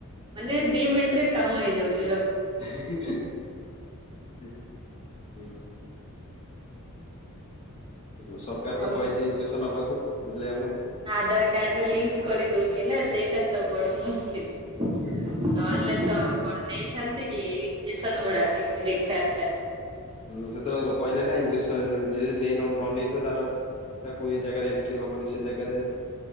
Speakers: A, on the right; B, on the left.
A: ମାନେ ଦି ମିନିଟରେ କାମ ହେଇଯାଉଛି ।
B: <unintelligible> ହୁଁ ହୁଁ। ଉଁ ସରକାର
A: ଆଉ
B: ତ କହିଛି ଇଞ୍ଜେକ୍ସନ ନବାକୁ । ନେଲେ ଆମେ।
A: ଆଧାର କାର୍ଡରେ ଲିଙ୍କ୍ କରିଦଉଛି ନା ସେଇଟା। ତ ବଡ ମୁସ୍କିଲ,
B: ହଁ।
A: ନହେଲେ ତ ଆଉ କଣ ନେଇଥାନ୍ତ୍? <inaudible> ଏଇ ଇଞ୍ଜେକସନଗୁଡା ବେକାରଟାରେ
B: ହୁଁ ସେତେବେଳେ ତ କହିଲେ ନା ଇଞ୍ଜେକସନ୍ ଯିଏ ନେଇ ନ ନେଇେଇଥିବ ତାର ତାକୁ ଏ ଜାଗାରେ ଏଣ୍ଟ୍ରି ହବନି ସେ ଜାଗାରେ